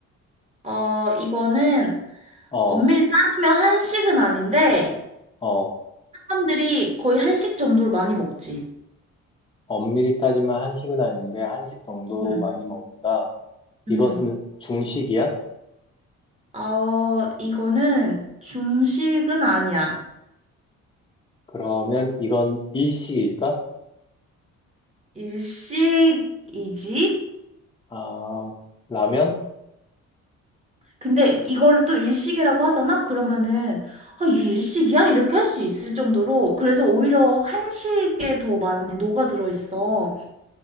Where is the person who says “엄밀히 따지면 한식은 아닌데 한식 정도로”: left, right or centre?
Left